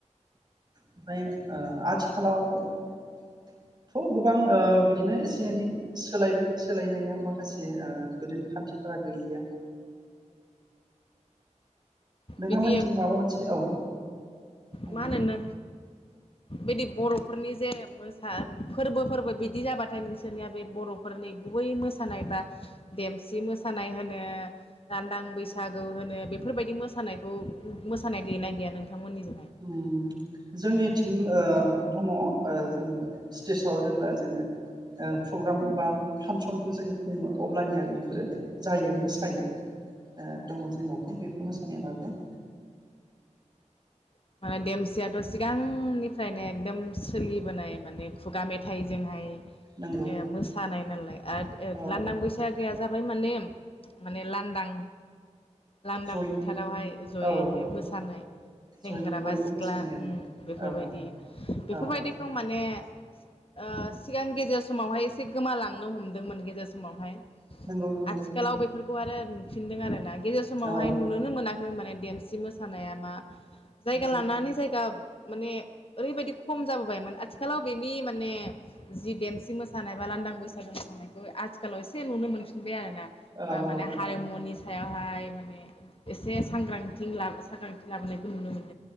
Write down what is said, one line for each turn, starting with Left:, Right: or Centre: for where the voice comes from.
Right: ओमफ्राय ओ आथिखालावथ' गोबां ओ बिदिनो एसे एनै सोलायबाय सोलायनाया माखासे ओ गोदोनि खान्थिफोरा गैलिया। नोंथांमोनथिं
Left: बिदि
Right: माबा मोनसे औ। बुंलाय
Left: मा होनो नों बिदि बर'फोरनि जे मोसा फोरबो फोरबो बिदि जाबाथाय नोंसोरनिया बे बर'फोरनि गुबै मोसानाय बा देमसि मोसानाय होनो लान्दां बैसागु होनो बेफोरबायदि मोसानायखौ मोसानाय गैनाय गैया नोंथांमोननिजों?
Right: उम जोंनिथिं ओ दङ ओ जोङो स्टेजाव जेब्ला जोङो ओ प्रग्राम बा फांसनझखौ जोङो खुङो अब्लानिया बेफोरो जायो मोसायो। ओ दङ जोंनावबो बे मोसानाया दाबो।
Left: ओ माने देमसियाथ' सिगांनिफ्रायनो एकदम सोलिबोनाय माने खुगा मेथाइजोंहाय ए
Right: नंगौ
Left: मोसानाय नाला ओ आ
Right: औ
Left: लानदां बैसाग गैया जाबाय माने माने लानदां। लांदां
Right: जयै
Left: फोथारावहाय जयैहाय
Right: औ
Left: मोसानाय सेंग्रा
Right: जयैनो बयबो
Left: बा सिख्ला
Right: मोसानाय आरो
Left: ओम बेफोरबायदि
Right: औ औ
Left: बेफोरबायदिखौ
Right: औ
Left: माने ए ओ सिगां गेजेर समावहाय एसे गोमालांनो हमदोंमोन गेजेर समावहाय
Right: नंगौ नंगौ
Left: आथिखालाव बेफोर आरो नुफिनदों आरो ना गेजेर समावहाय
Right: औ
Left: नुोनोनो मोना माने देमसि मोसानाया मा जायगा
Right: नंगौ
Left: लानानै जायगा माने ओरैबायदि खम जाबोबायमोन आथिखालाव बेनि माने जि देमसि मोसानाय बा लांदां बैसागु मोसानाय आथिखालाव एसे नुनो मोनफिनबाय आरोना
Right: औ औ
Left: माने
Right: नंगौ
Left: हारिमुनि सायाव फाय माने एसे सांग्रांथि लाबो सागान्थि लाबोनायखौ नुनो मोनो।